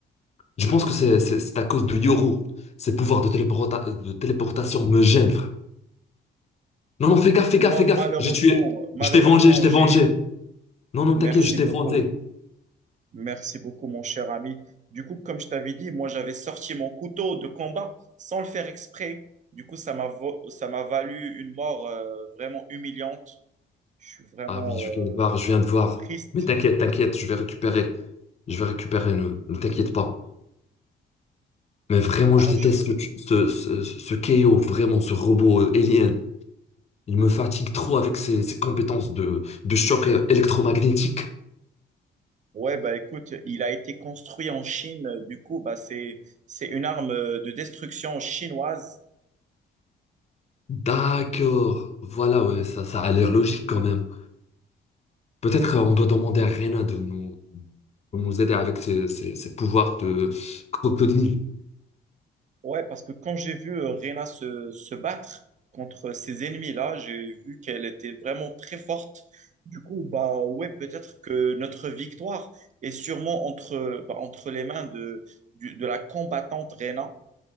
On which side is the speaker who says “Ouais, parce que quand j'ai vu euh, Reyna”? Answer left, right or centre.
Right